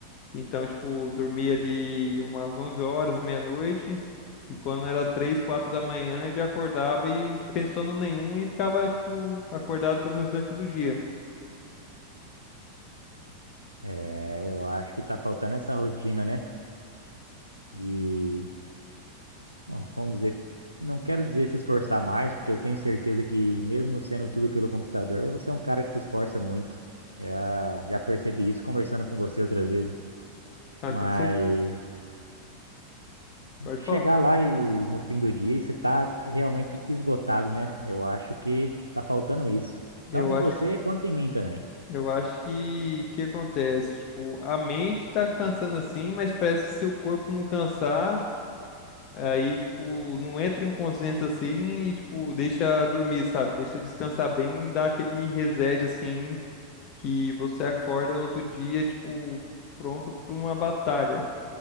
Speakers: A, on the left; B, on the right.
A: Então, tipo, dormia ali umas 11 horas, meia-noite, e quando era 3 4 da manhã, já acordava e sem sono nenhum e ficava, tipo, acordado pelo restante do dia.
B: É, eu acho que tá faltando essa rotina, né? De, bom, vamos dizer, não quero dizer se esforçar mais, porque eu tenho certeza que mesmo sendo tudo pelo computador, você é um cara que se esforça muito. Já, já percebi isso conversando com você outras vezes.
A: Ah,
B: Mas
A: com certeza, pode
B: Chegar
A: falar.
B: lá e no fim do dia e você tá realmente esgotado, né? Eu acho que tá faltando isso.
A: Eu
B: Tanto em
A: acho,
B: você quanto em mim também.
A: eu acho que que acontece, tipo, a mente tá cansando assim, mas parece que se o corpo não cansar, aí, tipo, não entra em um consenso assim e, tipo, deixa dormir, sabe? Deixa descansar bem e dá aquele reset, assim, que você acorda no outro dia, tipo, pronto para uma batalha.